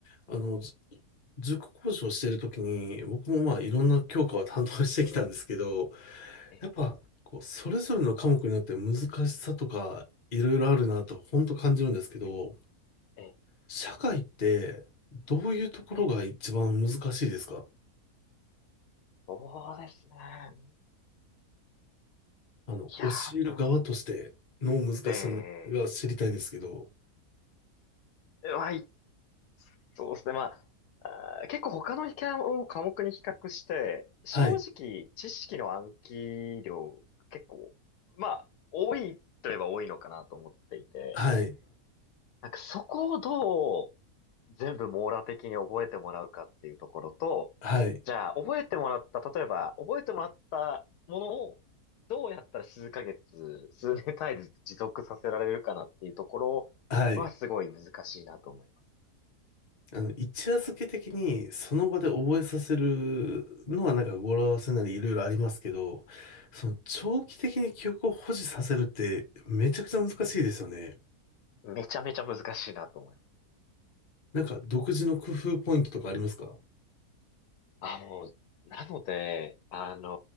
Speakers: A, on the left (about 35°); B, on the left (about 80°).
A: あの、ず塾講師をしてるときに、僕もまあいろんな教科を担当してきたんですけど、
B: ええ、
A: やっぱ、こう、それぞれの科目によって難しさとか、いろいろあるなと、本当感じるんですけど、
B: ええ、
A: 社会って、どういうところが一番難しいですか
B: ええそうですね。
A: あの、
B: いやー、
A: 教える側としての難しさが知りたいんですけど、
B: どう、ええ、はい、そうですね。まあ、結構他の科を科目に比較して、正直、
A: はい、
B: 知識の暗記量、結構、まあ、多いといえば多いのかなと思っていて、
A: はい、
B: なんかそこをどう全部網羅的に覚えてもらうかっていうところと、
A: はい、
B: じゃあ覚えてもらった、例えば覚えてもらったものをどうやったら数ヶ月、数年単位で持続させられるかなっていうところはすごい難しいなと思います。
A: はい。あの、一夜漬け的にその場で覚えさせるのはなんか語呂合わせなりいろいろありますけど、その長期的に記憶を保持させるってめちゃくちゃ難しいですよね。
B: めちゃめちゃ難しいなと思います。
A: なんか独自の工夫ポイントとかありますか
B: あ、もう、なので、あのー